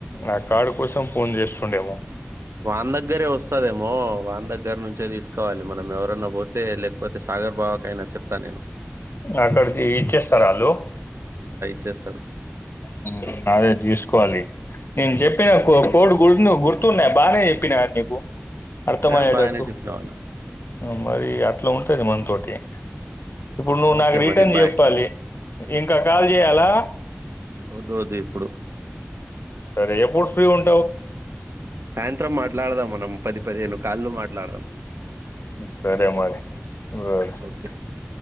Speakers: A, on the left; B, on the right.
A: ఆ కార్డు కోసం ఫోన్ చేస్తుండేమో
B: వాన్ దగ్గరే వస్తదేమో, వాన్ దగ్గర నుంచే తీసుకోవాలి, మనం ఎవరన్నా పోతే లేకపోతే స. ఆగర్ బావ కైన చెప్తా నేను
A: అక్కడిది ఇచ్చేస్తరా ఆళ్ళు
B: చేస్తడు
A: హ్మ్ అదే తీసుకోవాలి నేను చెప్పిన కో కోడ్ <unintelligible> గుర్ తున్నాయ్ బానే ఎప్పిన అ నీకు అర్థమయ్యేటట్టు
B: ఏ బాగానే చెప్పినావు అన్న
A: అ మరీ అట్లా ఉంటది మనతోటి ఇప్పుడు నువ్వు
B: ఓకే
A: నాకు రిటర్న్
B: మరి బాయ్
A: చెప్పాలి ఇంకా కాల్ జేయాలా
B: వద్దూ వదు ఇప్పుడు
A: సరే ఎప్పుడు ఫ్రీ ఉంటావు
B: సాయంత్రం మాట్లాడదాం మనం పది పదిహేను కాళ్ళు మాట్లాడుదాం
A: సరే మరి <unintelligible>
B: ఓకే